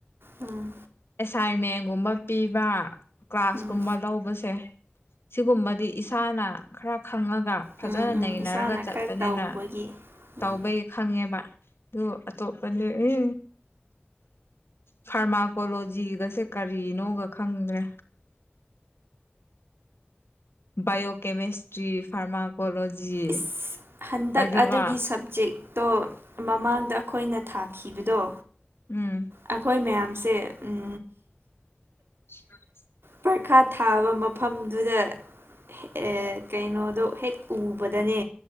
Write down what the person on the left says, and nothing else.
ꯑꯦꯁꯥꯏꯟꯃꯦꯟꯒꯨꯝꯕ ꯄꯤꯕ ꯀ꯭ꯂꯥꯁ
ꯀꯨꯝꯕ ꯂꯧꯕꯁꯦ ꯁꯤꯒꯨꯝꯕꯗꯤ ꯏꯁꯥꯅ ꯈꯔ ꯈꯪꯉꯒ ꯐꯖꯅ
ꯅꯩꯅꯔꯒ
ꯆꯠꯄꯅꯦꯅ
ꯇꯧꯕꯩ ꯈꯪꯉꯦꯕ ꯑꯗꯨ ꯑꯇꯣꯞꯄꯗꯤ ꯏ ꯐꯥꯔꯃꯥꯀꯣꯂꯣꯖꯤꯒꯁꯦ ꯀꯔꯤꯅꯣꯒ ꯈꯪꯗ꯭ꯔꯦ ꯕꯥꯏꯌꯣ ꯀꯦꯃꯦꯁꯇ꯭ꯔꯤ ꯐꯥꯔꯃꯥꯀꯣꯂꯣꯖꯤ
ꯑꯗꯨꯒ
ꯎꯝ
<inaudible>